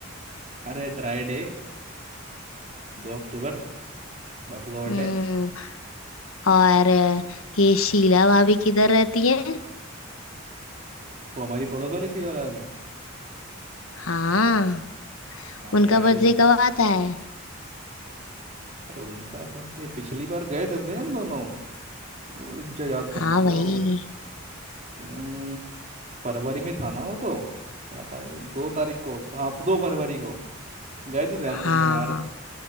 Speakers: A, on the right (about 35°); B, on the left (about 80°).
A: अरे ड्राई डे दो अक्टूबर बापू का बर्थडे
B: हम्म और अ, ये शीला भाभी किधर रहती है
A: वो हमारी पड़ोस वाली सी वाला अभी
B: हाँ
A: हाँ
B: उनका
A: तो रहते
B: बर्थडे
A: तो
B: कब आता है
A: अरे उनका बर्थडे पिछली बार गए थे, थे हम दोनों वो रुक जा याद करने
B: हाँ
A: दो
B: वही
A: हम्म, फरवरी में था ना वो तो क्या तारीख थी? दो तारीख को तो हाँ दो फरवरी को गए तो थे हम
B: हाँ
A: दोनों यार